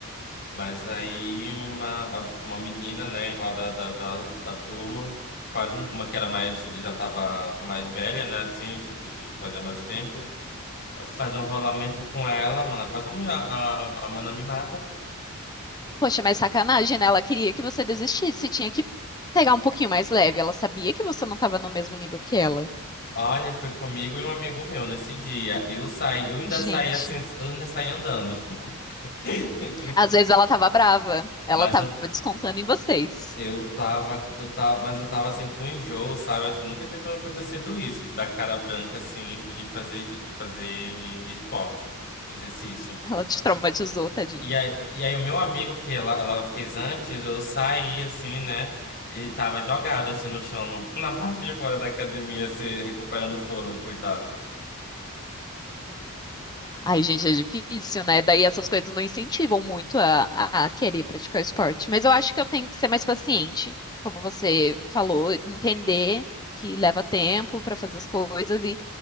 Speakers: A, on the left; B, on the left.
A: Mas aí uma, a- uma menina, né, lá da, da, da, da turma, quase uma que era mais, já tava mais velha, né, assim, tipo, de fazer mais tempo. fazer um rolamento com ela, mano. é Quase a, mulher- a, a mana me mata.
B: poxa, mas sacanagem, né? Ela queria que você desistisse, tinha que pegar um pouquinho mais leve. Ela sabia que você não estava no mesmo nível que ela.
A: Olha, foi comigo e um amigo meu nesse dia. Eu saí, eu ainda
B: Gente,
A: saí assim, eu ainda saí andando. <laughs>
B: às vezes ela tava brava, ela
A: Mas
B: tava
A: eu,
B: descontando em vocês.
A: eu tava, eu tava, mas eu tava assim com enjoo, sabe? Acho que nunca tinha acontecido isso, de dar cara branca assim, de fazer, de fazer esporte, exercício.
B: Ela te traumatizou, tadinho.
A: E aí, e aí o meu amigo que ela, ela fez antes, eu saí assim, né? Ele tava jogado assim no chão, no- <laughs> na parte de fora da academia, se recuperando o fôlego, coitado.
B: Ai, gente, é difícil, né? Daí essas coisas não incentivam muito a, a a querer praticar esporte. Mas eu acho que eu tenho que ser mais paciente, como você falou, entender que leva tempo pra fazer as coisas e